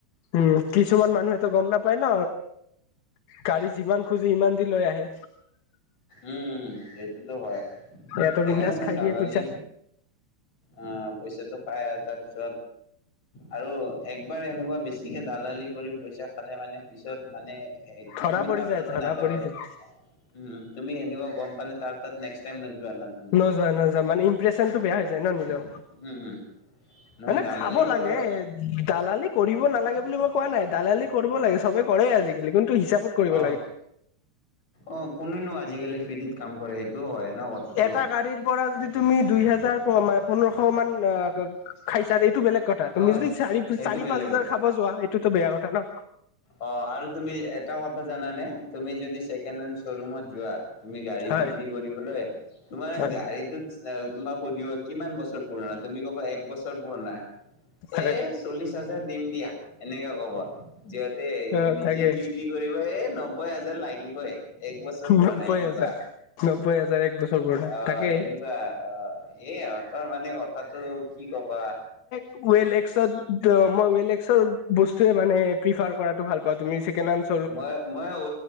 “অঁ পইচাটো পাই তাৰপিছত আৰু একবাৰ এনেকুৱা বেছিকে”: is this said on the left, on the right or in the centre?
Left